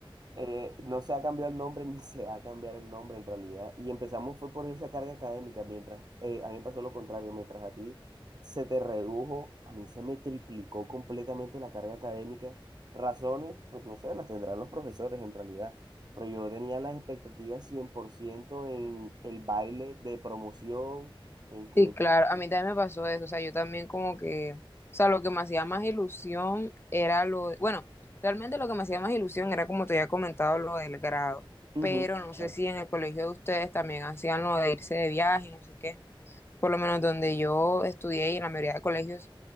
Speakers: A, on the right (about 50°); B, on the left (about 25°).
A: Eh, no se ha cambiado el nombre <laughs> ni se va a cambiar el nombre en realidad. Y empezamos fue por esa carga académica, mientras eh, a mí me pasó lo contrario, mientras a ti se te redujo, a mí se me triplicó completamente la carga académica. Razones, pues no sé, las tendrán los profesores en realidad, pero yo tenía las expectativas 100% en el baile de promoción, en que...
B: Sí, claro, a mí también me pasó eso. O sea, yo también como que, o sea, lo que me hacía más ilusión era lo, bueno, realmente lo que me hacía más ilusión era como te había comentado lo del grado.
A: Ujú,
B: Pero no sé
A: claro,
B: si en el colegio de ustedes también hacían lo de irse de viaje, no sé qué. por lo menos donde yo estudié y en la mayoría de colegios